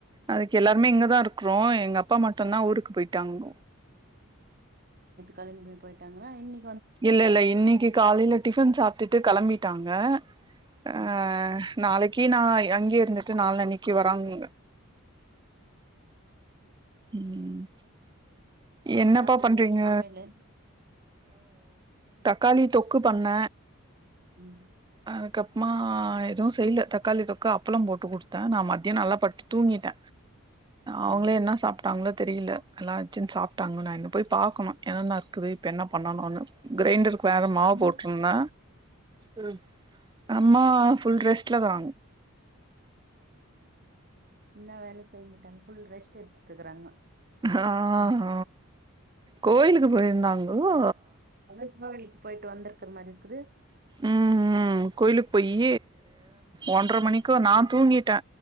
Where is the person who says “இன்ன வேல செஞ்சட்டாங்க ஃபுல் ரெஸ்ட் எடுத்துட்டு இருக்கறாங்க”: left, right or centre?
Right